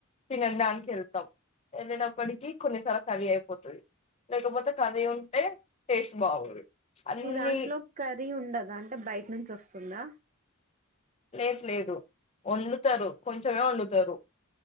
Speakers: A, on the left; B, on the right.
A: తినదానికి వెల్ తం వెళ్ళినప్పటికీ కొన్నిసార్లు కర్రీ అయిపోతది లేకపోతే కర్రీ ఉంటే టేస్ట్ బాగోదు అన్ని
B: మీ దాంట్లో కర్రీ ఉండదా అంటే బయట నుంచి వస్తుందా
A: లేదు లేదు వండుతరు కొంచమే వండుతరు